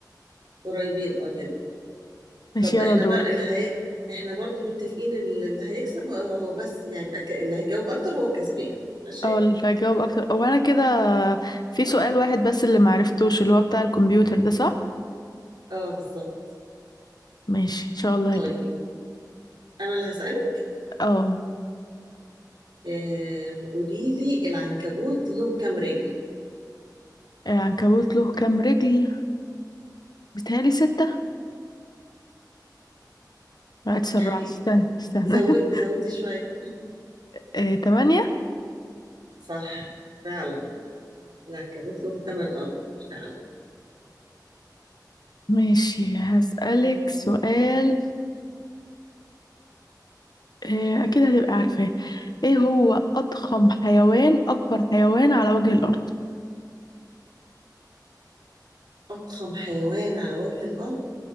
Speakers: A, on the right (about 75°); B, on the left (about 65°).
A: قريبين اه جدا
B: ماشي
A: طب
B: يلا
A: احنا
B: دورك
A: بقى اللي هي... احنا برضو متفقين ان اللي هيكسب هو بس يعني يبقى ك... اللي هيجاوب اكتر هو الكسبان ماشي
B: اه اللي هجاوب أكتر هو أنا كده في سؤال واحد بس اللي معرفتوش اللي هو بتاع الكمبيوتر ده صح؟
A: اه بالظبط
B: ماشي إن شاء الله
A: طيب
B: هجيب
A: انا اللي هسألك
B: اه
A: آه... قولي لي العنكبوت له كام رجل
B: العنكبوت له كام رجل؟ بيتهيألي ستة؟ لا اتسرعت
A: يعني
B: استنى استنى
A: زو...
B: <laughs>
A: زودي شوية
B: آه، تمانية
A: صح فعلا العنكبوت له ثمان ارجل فعلا
B: ماشي هسألك
A: مم.
B: سؤال آه، أكيد هتبقى عارفاه إيه هو أضخم حيوان أكبر حيوان على وجه الأرض
A: اضخم حيوان على وجه الارض